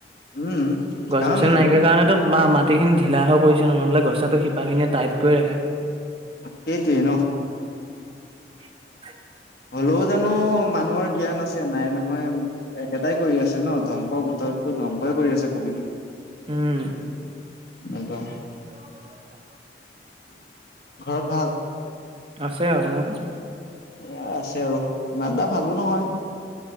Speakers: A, on the left (about 60°); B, on the right (about 30°).
A: উম।
B: গছ
A: কাৰণ
B: গছনি নাইকিয়া কাৰণেতো ম মাত। গোটেইখিনি ঢিলা হৈ পৰিছে, নহলে গছাটো শিপাখিনে টাইট কৰি ৰাখে।
A: সেইটোৱে ন।
B: উম
A: হ'লেও জানো মানুহৰ জ্ঞান আছে নাই নহয়, একেটাই কৰি আছে ন ধ্বংস গোটৰতো ধ্বংসই কৰি আছে প্ৰকৃতিক।
B: উম।
A: নাপা।
B: অ
A: ঘৰত ভাল।
B: আছে আৰু তোমালোকৰ?
A: এ আছে আৰু ইমানটা ভালো নহয়।